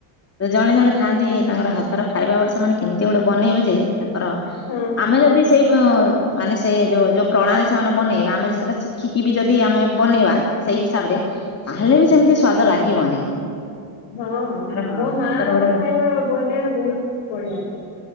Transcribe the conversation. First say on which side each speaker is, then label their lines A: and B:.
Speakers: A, on the left; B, on the left.
A: ଜଣେ ଜଣେ ଥାଆନ୍ତି ତାଙ୍କର ହାତର ଖାଇବା ଗୋଟେ ସେମାନେ କେମିତି ଗୋଟେ ବନେଇବେ ଯେ ତାଙ୍କର
B: ହଁ ହଁ
A: ଆମେ ଯଦି ସେଇ ମାନେ ସେ ଯୋଉ ଯୋଉ ପ୍ରଣାଳୀ ସେମାନେ ବନେଇବେ ଆମେ ଯେଟା ଶିଖିକି ବି ଯଦି ଆମେ ବନେଇବା। ସେଇ ହିସାବ ରେ ତାହଲେ ବି ସେମିତି ସ୍ଵାଦ ଲାଗିବନି।
B: ହଁ
A: ଆର
B: ମୋ ମାଙ୍କ
A: ହାତର ଗୋଟେ
B: ଖାଇବା ବନେଇବା ବହୁତ ବଢିଆ।